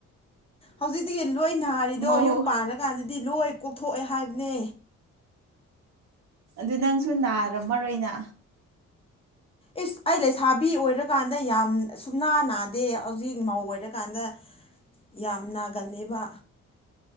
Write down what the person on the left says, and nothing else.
ꯍꯧꯖꯤꯛꯇꯤꯒꯤ ꯂꯣꯏ ꯅꯥꯔꯤꯗꯣ
ꯌꯨꯝ ꯄꯥꯟꯜꯂꯀꯥꯟꯗꯗꯤ ꯂꯣꯏ ꯀꯣꯛꯊꯣꯛꯑꯦ ꯍꯥꯏꯕꯅꯦ
ꯏꯁ ꯑꯩ ꯂꯩꯁꯥꯕꯤ ꯑꯣꯏꯔꯀꯥꯟꯗ ꯌꯥꯝ ꯁꯨꯞꯅꯥ ꯅꯥꯗꯦ ꯍꯧꯖꯤꯛ ꯃꯧ ꯑꯣꯏꯔꯀꯥꯟꯗ ꯌꯥꯝ ꯅꯥꯒꯟꯂ‌ꯦꯕ